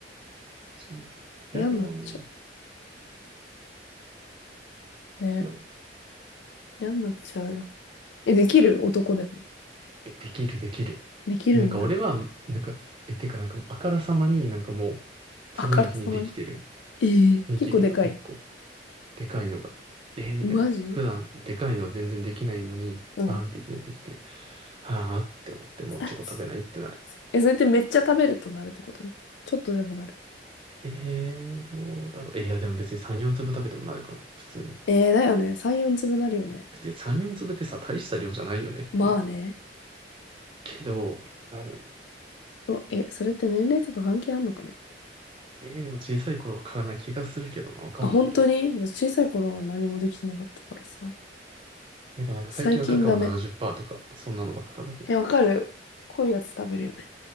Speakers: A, on the right; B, on the left.
A: そう。
B: 嫌になっちゃ
A: 嫌だよね。
B: う。ね
A: だ
B: 嫌になっちゃうよ。え、できる男でも。
A: え、できる、できる。
B: できるんだ。
A: なんか俺は、なんか、え、てかなんか、あからさまになんかもう、次の日にできてる、
B: あからさまに。ええ結構でかい。
A: ニキビが1個、でかいのが。え、みたいな。
B: マジ
A: 普段、でかいの全然できないのに、
B: うん。
A: バンっていきなりできて、はあって思って、もうチョコ食べないってなる。
B: <laughs> え、それってめっちゃ食べるとなるってことちょっとでもなる。
A: えー、どうだろう。え、いや、でも別に3、4粒食べてもなるかな、普通に。
B: えー、だよね。3、4粒なるよね。
A: 別に3、4粒ってさ、大した量じゃないよねっていう。
B: まあね。
A: けど、なる。
B: そえ、それって年齢とか関係あんのかね。
A: えー、でも小さい頃からな気がするけどな、わかんないけど。
B: あ、本当に私小さい頃は何もできてなかったからさ。
A: なんか、なんか最近はカカオ70%
B: 最近ダメ。
A: とか、そんなのばっか食べてる。
B: え、わかる濃いやつ食べるよね。